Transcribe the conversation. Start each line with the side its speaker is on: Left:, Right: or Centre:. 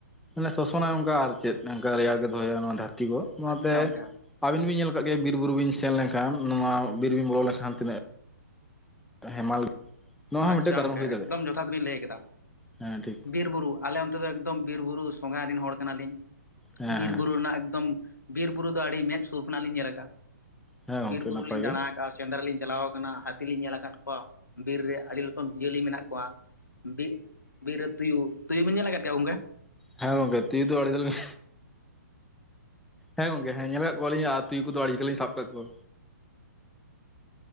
Centre: ᱢᱟᱱᱮ ᱥᱚᱥᱚᱱᱟᱭ ᱚᱱᱠᱟ ᱟᱨ ᱪᱮᱫ ᱨᱮᱭᱟᱲ ᱜᱮ ᱫᱚᱦᱚᱭᱟᱭ ᱱᱚᱣᱟ ᱫᱷᱟᱨᱛᱤ ᱛᱤᱜᱳ ᱚᱱᱣᱟ
Left: ᱟᱪᱪᱷᱟ
Centre: ᱛᱮ
Left: ᱜᱚᱝᱠᱮ
Centre: ᱟᱵᱤᱱ ᱵᱤᱱ ᱧᱮᱞ ᱟᱠᱟᱫ ᱜᱮ ᱵᱤᱨ ᱵᱩᱨᱩ ᱵᱤᱱ ᱥᱮᱱ ᱞᱮᱱᱠᱷᱟᱱ ᱱᱚᱣᱟ ᱵᱤᱨ ᱵᱤᱱ ᱵᱚᱞᱚ ᱞᱮᱠᱷᱟᱱ ᱠᱷᱟᱱ ᱛᱤᱱᱟᱹᱜ ᱦᱮᱢᱟᱞ ᱱᱚᱣᱟ
Left: ᱟᱪᱪᱷᱟ
Centre: ᱦᱚᱸ ᱢᱤᱫᱴᱮᱱ ᱠᱟᱨᱚᱱ
Left: ᱜᱚᱝᱠᱮ
Centre: ᱦᱩᱭ
Left: ᱮᱠᱫᱚᱢ
Centre: ᱫᱟᱲᱮᱭᱟᱜᱼᱟ
Left: ᱡᱚᱛᱷᱟᱛ ᱵᱤᱱ ᱞᱟᱹᱭ ᱠᱮᱫᱟ
Centre: ᱦᱮᱸ ᱴᱷᱤᱠ
Left: ᱵᱤᱨ ᱵᱩᱨᱩ ᱟᱞᱮ ᱚᱱᱛᱮ ᱫᱚ ᱮᱠᱫᱚᱢ ᱵᱤᱨ ᱵᱩᱨᱩ ᱥᱚᱸᱜᱷᱟ ᱨᱮᱱ ᱦᱚᱲ ᱠᱟᱱᱟᱞᱤᱧ
Centre: ᱦᱮᱸ
Left: ᱵᱤᱨ
Centre: ᱦᱮᱸ
Left: ᱵᱩᱨᱩ ᱨᱮᱱᱟᱜ ᱮᱠᱫᱚᱢ ᱵᱤᱨ ᱵᱩᱨᱩ ᱫᱚ ᱟᱹᱰᱤ ᱢᱮᱸᱫ ᱥᱩᱨ ᱠᱷᱚᱱᱟᱜ ᱞᱤᱧ ᱧᱮᱞ ᱟᱠᱟᱫ
Centre: ᱦᱮᱸ ᱜᱚᱝᱠᱮ
Left: ᱵᱤᱨ ᱵᱩᱨᱩ
Centre: ᱱᱟᱯᱟᱭ
Left: ᱞᱤᱧ
Centre: ᱜᱮ
Left: ᱫᱟᱬᱟ ᱥᱮᱸᱫᱽᱨᱟ ᱞᱤᱧ ᱪᱟᱞᱟᱣ ᱟᱠᱟᱱᱟ ᱦᱟᱹᱛᱤ ᱞᱤᱧ ᱧᱮᱞ ᱟᱠᱟᱫ ᱠᱚᱣᱟ ᱵᱤᱨ ᱨᱮᱭᱟᱜ ᱟᱹᱰᱤ ᱨᱚᱠᱚᱢ ᱡᱤᱭᱟᱹᱞᱤ ᱢᱮᱱᱟᱜ ᱠᱚᱣᱟ ᱵᱤ ᱵᱤᱨ ᱨᱮ ᱛᱩᱭᱩ ᱛᱩᱭᱩ ᱵᱤᱱ ᱧᱮᱞ ᱟᱠᱟᱫ ᱠᱚᱣᱟ ᱜᱚᱝᱠᱮ
Centre: ᱦᱮᱸ ᱜᱚᱝᱠᱮ ᱛᱩᱭᱩ ᱟᱲᱮ ᱞᱤᱧ ᱦᱮᱸ ᱜᱚᱝᱠᱮ ᱦᱮᱸ ᱧᱮᱞ ᱟᱠᱟᱫ ᱠᱚᱣᱟᱞᱤᱧ ᱟᱨ ᱛᱩᱭᱩ ᱠᱚᱫᱚ ᱟᱰᱤ ᱡᱚᱠᱷᱚᱱ ᱞᱤᱧ ᱥᱟᱵ ᱟᱠᱟᱫ ᱠᱚᱣᱟ